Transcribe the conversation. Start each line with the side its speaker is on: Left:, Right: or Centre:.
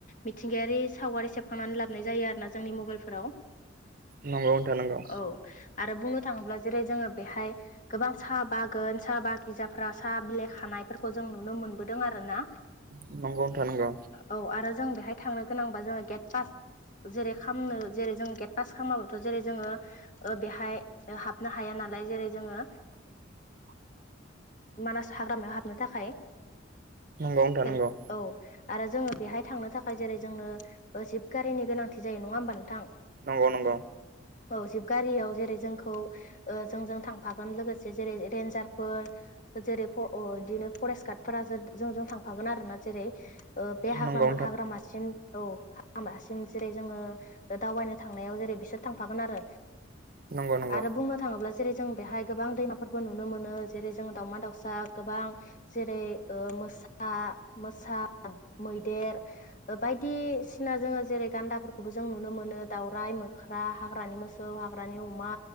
Left: मिथिंगायारि सावगारि सेबखांनानै लाबोनाय जायो आरोना जोंनि मबाइलफोराव
Right: नंगौ नोंथां नंगौ
Left: औ आरो बुंनो थाङोब्ला जेरै जोङो बेहाय गोबां साहा बागान साहा बागिसाफ्रा साहा बिलाइ खाना य जों नुनो मोनबोदों आरोना
Right: नंगौ नोंथां नंगौ
Left: औ आरो जों बेहाय थांनो गोनांबा जोङो गेट पास जेरै खालामनो जेरै जों गेट पास खालामाबथ' जेरै जोङो ओ बेहाय हाबनो हाया ना लाय जेरै जोङो
Right: <inaudible>
Left: मानास हाग्रामायाव हाबनो थाखाय
Right: नंगौ नोंथां
Left: हेल
Right: नांगौ
Left: औ आरो जोङो बेहाय थांनो थाखाय जेरै जोंनो ओ जिभ गारिनि गोनांथि जायो नङा होमबा नोंथां।
Right: नंगौ नंगौ
Left: औ जिबगारियाव जेरै जोंखौ ओ जोंजों थांफागोन लोगोसे जेरै रेन्जारफोर जेरै फ-अ-बिदिनो फरेस्ट गार्डफोरा जों जों थांफागोन आरो ना जेरै ओ बे हाग्रामा-हाग्रामासिम
Right: नंगौ
Left: औ हाबासिम जेरै जोङो दावबायनो थांनायाव जेरै बिसोर थांफागोन आरो।
Right: नंगौ नोंथां
Left: आरो बुंनो थाङोब्ला जेरै जों बेहाय गोबां दैमाफोरबो नुनो मोनो जेरै जों दाावमा दाउसा गोबां जेरै ओ मोसा मोसा मैदेर ओ बायदि बायदिसिना जोङो जेरै गान्दाफोरखौबो जों नुनो मोनो दाउराइ मोख्रा हाग्रानि मोसौ हाग्रानि अमा